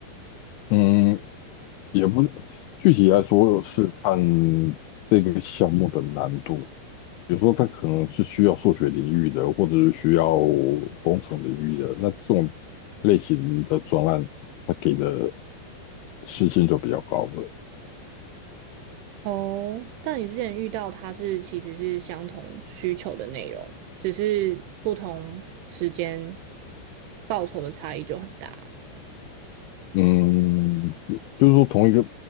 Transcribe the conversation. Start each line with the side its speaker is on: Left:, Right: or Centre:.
Left: 嗯，也不是具体来说是看这个项目的难度，比如说它可能是需要数学领域的，或者是需要工程领域的，那这种类型的专案，它给的事情就比较高了。
Right: 哦，但你之前遇到它是其实是相同需求的内容，只是不同时间报酬的差异就很大。
Left: 嗯，就是说同一个